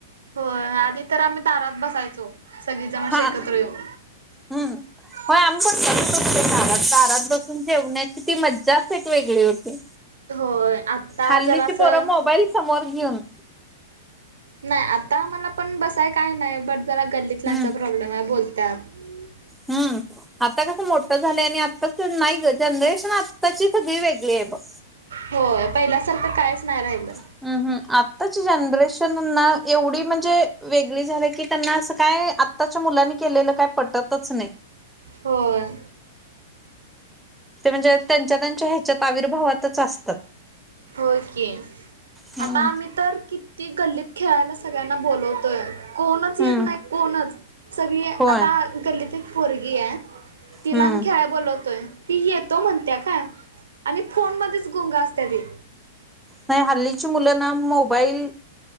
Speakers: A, on the right; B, in the centre.
A: हो आधी तर आम्ही दारात बसायचो सगळी जण अशी
B: हा
A: एकत्र येऊ.
B: हम्म
A: ह <unintelligible>
B: होय आम्ही पण <unintelligible> दारात दारात बसून जेवण्याची ती मज्जाच एक वेगळी होती.
A: होय आता
B: हल्लीची
A: जरासं
B: पोरं मोबाईल समोर घेऊन.
A: नाही आता आम्हाला पण बसाय काय नाही बट जरा गल्लीतल्यांचा
B: हम्म
A: प्रॉब्लेम आहे बोलत्यात. हम् <unintelligible>
B: हम्म. आता कसं मोठं झालंय आणि आताच नाही ग जनरेशन आत्ताची सगळी वेगळी आहे बघ.
A: होय पहिल्यासारखं कायच नाय राहिलं.
B: हम्म हम्म आत्ताची जनरेशनना एवढी म्हणजे वेगळी झाली की त्यांना असं काय आत्ताच्या मुलांनी केलेलं काय पटतच नाही.
A: होय.
B: ते म्हणजे त्यांच्या त्यांच्या हेच्यात आविर्भावातच असतात.
A: होय की
B: हम्म
A: आता आम्ही तर कि ती गल्लीत खेळायला सगळ्यांना बोलवतोय. कोणच येत
B: हम्म
A: नाही कोणच सगळी आता
B: होय
A: गल्लीत एक पोरगी आहे तिला
B: हम्म
A: मी खेळा बोलवतोय. ती येतो म्हणत्या काय, आणि फोन मध्येच गुंग असत्या ती.
B: नाही हल्लीची मुलं ना मोबाईल